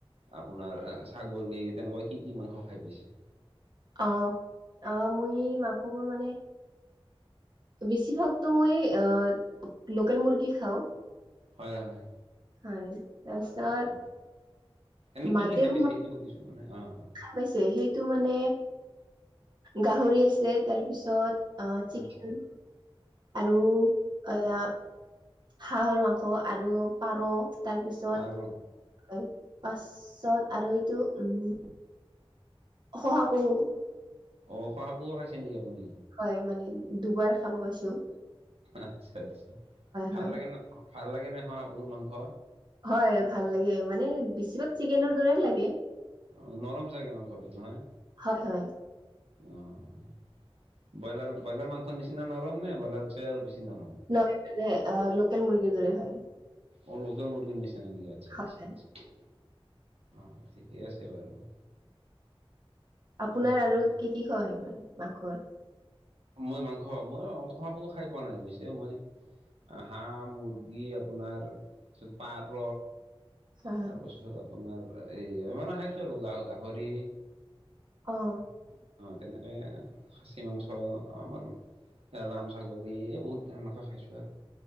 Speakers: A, on the right; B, on the right.
A: আপোনাৰ ছাগলী তেনেকুৱা কি-কি মাংস খাই পাইছে?
B: অ', অ', মই মাংসবোৰ মানে বেছিভাগতো মই অ, লোকেল মুৰ্গী খাওঁ।
A: হয়, হয়।
B: হয়। তাৰপিছত
A: অ, আমি কি-কি
B: মাজে
A: খাই
B: সময়ে
A: পাইছে সেইটো সুধিছোঁ মানে অ', অ'।
B: পাইছে। সেইটো মানে গাহৰি আছে তাৰপিছত অ, চিকেন
A: আচ্ছা
B: আৰু এয়া হাঁহৰ মাংস আৰু পাৰ তাৰ পিছত
A: পাৰ
B: পাছত আৰু এইটো উম শহা পহু।
A: অ', শহাপহু খাইছে নেকি আপুনি?
B: হয় মানে দুবাৰ খাব পাইছোঁ।
A: আচ্ছা-আচ্ছা ভাল
B: হয়
A: লাগে নে, ভাল লাগে নে শহাপহুৰ মাংস?
B: হয় ভাল লাগে মানে বেছিভাগ চিকেনৰ দৰে লাগে।
A: অ', নৰম চাগে মাংসটো নহয়?
B: হয়, হয়।
A: অ', ব্ৰইলাৰ-ব্ৰইলাৰ মাংসৰ নিচিনা নৰম নে ব্ৰইলাৰ চে আৰু বেছি নৰম?
B: মনে অ, লোকেল মুৰ্গীৰ দৰে হয়।
A: অ, লোকেল মূৰ্গীৰ নিচিনা নেকি, আচ্ছা-আচ্ছা-আচ্ছা।
B: হয় হয়
A: অ', ঠিকেই আছে বাৰু।
B: আপোনাৰ
A: উম,
B: আৰু কি-কি খোৱা হয় মানে মাংসত?
A: মই মাংস, মই শহা পহু খাই পোৱা নাই পিছে মই হাঁহ, মুৰ্গী আপোনাৰ তাৰপিছত পাৰ
B: হয়
A: তাৰপাছত আপোনাৰ এই মানে খাইছোঁ আৰু গ গাহৰি
B: অ'।
A: তেনেকে খাচী মাংস আমাৰ ৰাম ছাগলী এই বহুত এনেকুৱা খাইছোঁ আৰু।